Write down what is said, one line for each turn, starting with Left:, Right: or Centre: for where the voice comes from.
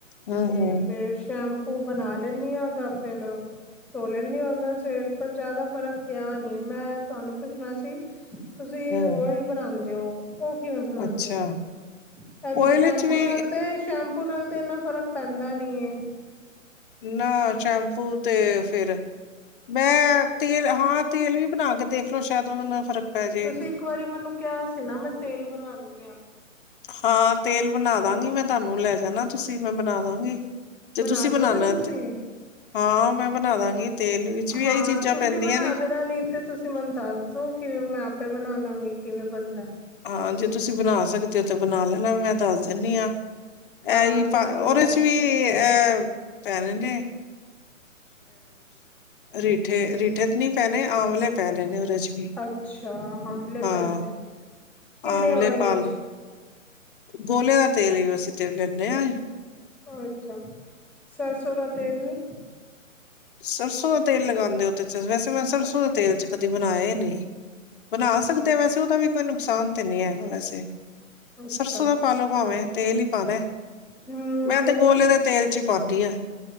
Left: ਹਮ
Centre: ਤੇ
Left: ਹਮ
Centre: ਫੇਰ ਸ਼ ਉਹ ਬਣਾ ਲੈਣੀ ਐ, ਤਾ ਫੇਰ ਧੋ ਲੈਣੀ ਹ ਉਹਦਾ ਸਿਰ ਪਰ ਜ਼ਿਆਦਾ ਫਰਕ ਪੀਆ ਨਹੀਂ ਮੈਂ ਤੁਹਾਨੂੰ ਪੁੱਛਣਾ ਸੀ ਤੁਸੀਂ
Left: ਹਮ
Centre: ਓਇਲ ਬਣਾਉਦੇ ਹੋ? ਉਹ ਕਿਵੇਂ ਬਣਨੇ
Left: ਅੱਛਾ
Centre: ਹੋ ਅਨ
Left: ਓਇਲ
Centre: ਸ਼ੈਂਪੂ
Left: ਵਿੱਚ ਵੀ
Centre: ਨਾਲ ਤੇ ਸ਼ੈਂਪੂ ਪੂ ਨਾਲ ਤੇ ਇੰਨਾ ਫ਼ਰਕ ਪੈਂਦਾ ਨੀ ਐ।
Left: ਨਾ ਸ਼ੈਂਪੂ ਤੇ ਫਿਰ ਮੈਂ ਤੇਲ ਹਾਂ ਤੇਲ ਵੀ ਬਣਾ ਕੇ ਦੇਖਲੋ ਸ਼ਾਇਦ ਉਹ ਮੈਨੂੰ ਫ਼ਰਕ ਪੈ ਜੇ
Centre: ਤੁਸੀਂ ਇੱਕ ਵਾਰੀ ਮੈਨੂੰ ਕਿਹਾ ਸੀ ਨਾ ਮੈਂ ਤੇਲ ਬਣਨੀ ਐ।
Left: ਹਾਂ ਤੇਲ ਬਣਾ ਦਾਂਗੀ ਮੈਂ ਤੁਹਾਨੂੰ ਲੈ ਜਾਣਾ ਤੁਸੀਂ ਮੈਂ ਬਣਾ ਦਾਂਗੀ। ਤੇ
Centre: ਬਣਾ
Left: ਤੁਸੀਂ ਬਣਾਣਾਥ
Centre: ਦੋਗੇ ਤੁਸੀਂ
Left: ਹਾਂ ਮੈਂ ਬਣਾ ਦਾਂਗੀ। ਤੇਲ ਵਿੱਚ ਵੀ
Centre: ਹਾਂ,
Left: ਇਹੀ ਚੀਜ਼ਾਂ
Centre: ਤੁਸੀਂ
Left: ਪੈਂਦੀਆਂ
Centre: ਬਣਾ
Left: ਨੇ
Centre: ਦੇਣਾ ਨੀ ਤੇ ਤੁਸੀਂ ਮੈਨੂੰ ਦੱਸ ਦੋ ਕਿ ਮੈਂ ਆਪੇ ਬਣਾ ਲੰਗੀ ਕਿਵੇਂ ਬਣਦਾ ਐ।
Left: ਹਾਂ ਜੇ ਤੁਸੀਂ ਬਣਾ ਸਕਦੇ ਹੋ ਤਾਂ ਬਣਾ ਲੈਣਾ ਮੈਂ ਦੱਸ ਦਿੰਦੀ ਐ।
Centre: ਹਾਂ
Left: ਐਹੀ
Centre: ਤੁਸੀਂ
Left: ਉਹਦੇ
Centre: ਮੈਨੂੰ ਦੱਸ
Left: ਚ ਵੀ
Centre: ਦੋ
Left: ਅਹ ਪੈਣੇ ਨੇ ਰੀਠੇ -ਰੀਠੇ ਤੇ ਨੀ ਪੈਣੇ ਆਮਲੇ ਪੈਣੇ ਨੇ ਉਹਦੇ ਚ ਵੀ
Centre: ਅੱਛਾ, ਆਮਲੇ
Left: ਹਾਂ
Centre: ਪੈਂਦੇ ਨੇ ਕਿਹੜੇ
Left: ਆਮਲੇ
Centre: ਓਇਲ
Left: ਪਾਲ
Centre: ਵਿੱਚ?
Left: ਗੋਲੇ ਦਾ ਤੇਲ ਹੀ ਅਸੀਂ ਤੇ ਲੈਂਦੇ ਐ।
Centre: ਅੱਛਾ, ਸਰਸੋਂ ਦਾ ਤੇਲ ਨਹੀਂ?
Left: ਸਰਸੋਂ ਦਾ ਤੇਲ ਲਗਾਂਦੇ ਹੋ ਵੈਸੇ ਮੈਂ ਸਰਸੋਂ ਦਾ ਤੇਲ ਚੇ ਕਦੀ ਬਣਾਇਆ ਹੀ ਨਹੀਂ। ਬਣਾ
Centre: ਅੱਛਾ
Left: ਸਕਦੇ ਵੈਸੇ ਉਹਦਾ ਵੀ ਕੋਈ ਨੁਕਸਾਨ ਤੇ ਨਹੀ ਹੈਗਾ ਵੈਸੇ
Centre: ਅੱਛਾ
Left: ਸਰਸੋਂ ਦਾ ਪਾਲੋ ਭਾਵੇਂ ਤੇਲ ਹੀ ਪੰਨਾ
Centre: ਹਮ
Left: ਮੈਂ
Centre: ਉਹੀ
Left: ਤੇ ਗੋਲੇ
Centre: ਨਾ
Left: ਦੇ ਤੇਲ ਚ ਹੀ ਪੰਨੀ ਐ।